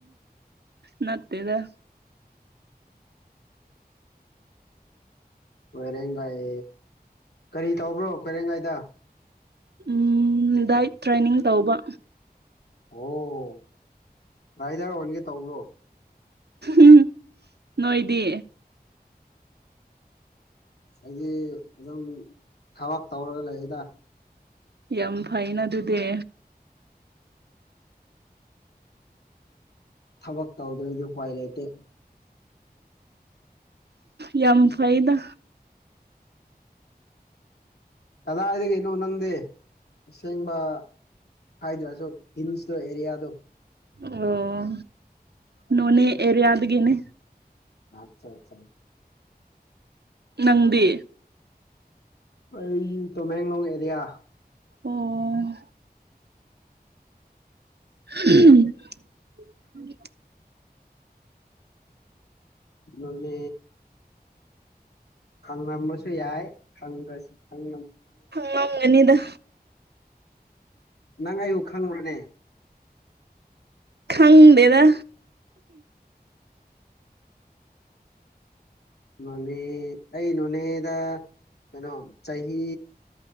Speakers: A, on the right; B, on the left.
A: ꯅꯥꯥꯠꯇꯦꯗ
B: ꯀꯣꯏꯔꯦꯡꯒꯥꯏ ꯀꯔꯤ ꯇꯧꯕ꯭ꯔꯣ ꯈꯣꯏꯔꯦꯡꯒꯥꯏꯗ
A: ꯎꯝ ꯗꯥꯏꯠ ꯇ꯭ꯔꯦꯅꯤꯡ ꯇꯧꯕ
B: ꯑꯣ ꯔꯥꯏꯗꯔ ꯑꯣꯏꯒꯦ ꯇꯧꯕ꯭ꯔꯣ
A: ꯎꯝ ꯅꯣꯏꯣꯏꯗꯤ
B: ꯑꯩꯗꯤ ꯑꯗꯨꯝ ꯊꯕꯛ ꯇꯧꯔꯒ ꯂꯩꯌꯦꯗ
A: ꯌꯥꯝ ꯐꯥꯏꯟ ꯑꯗꯨꯗ
B: ꯊꯕꯛ ꯇꯧꯗ꯭ꯔꯗꯤ ꯎꯄꯥꯏ ꯂꯩꯇꯦ
A: ꯌꯥꯝ ꯐꯥꯏꯗ
B: ꯀꯗꯥꯏꯗꯒꯤꯅꯣ ꯅꯪꯗꯤ ꯑꯁꯦꯡꯕ ꯍꯥꯏꯗ꯭ꯔꯥꯁꯨꯣ ꯍꯤꯜꯁꯇ ꯑꯦꯔꯤꯌꯥꯗꯣ
A: ꯑꯣ ꯅꯣꯅꯦ ꯑꯦꯔꯤꯌꯥꯗꯒꯦꯅꯦ
B: ꯑꯠꯆꯥ ꯑꯠꯆꯥ
A: ꯅꯪꯗꯤ
B: ꯑꯩ ꯇꯣꯃꯦꯒꯡꯂꯣꯡ ꯑꯦꯔꯤꯌꯥ
A: ꯑꯣ <inaudible>
B: ꯅꯃꯤ ꯈꯪꯂꯝꯝꯕꯁꯨ ꯌꯥꯏ ꯈꯪꯗ꯭ꯔꯁꯨ ꯈꯪ
A: ꯍ ꯃꯅꯤꯗ
B: ꯅꯪ ꯑꯩꯌꯨ ꯈꯪꯪꯂꯨꯔꯅꯦ
A: ꯈꯪꯗꯦꯗ
B: ꯅꯣꯅꯦ ꯑꯩ ꯅꯣꯅꯦꯗ ꯀꯩꯅꯣ ꯆꯍꯤ